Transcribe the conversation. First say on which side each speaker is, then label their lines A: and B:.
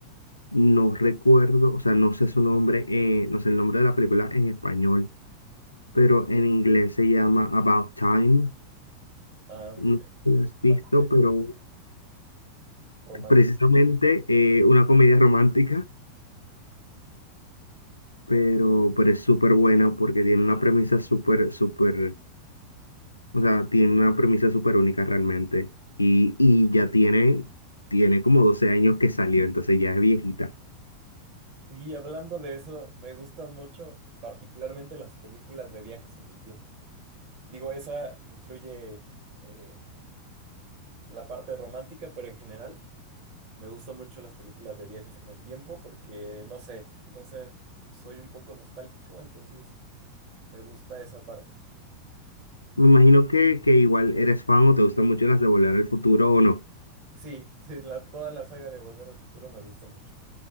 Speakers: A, on the left (about 85°); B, on the right (about 45°).
A: No recuerdo, o sea, no sé su nombre, eh, no sé el nombre de la película en español, pero en inglés se llama About Time.
B: Ah,
A: No sé
B: ¿es
A: si la has visto,
B: una comedia
A: pero
B: romántica.
A: precisamente eh, una comedia romántica, pero, pero es súper buena porque tiene una premisa súper, súper, o sea, tiene una premisa súper única realmente. Y, y ya tiene, tiene como 12 años que salió, entonces ya es viejita.
B: Y hablando de eso, me gustan mucho particularmente las películas de viajes en el tiempo. Digo, esa incluye eh, la parte romántica, pero en general. Me gustan mucho las películas de viajes en el tiempo porque, no sé, no sé, soy un poco nostálgico, entonces me gusta esa parte.
A: Me imagino que, que igual eres fan o te gustan mucho las de Volver al Futuro o no.
B: Sí, sí, la, toda la saga de Volver al Futuro me gusta mucho.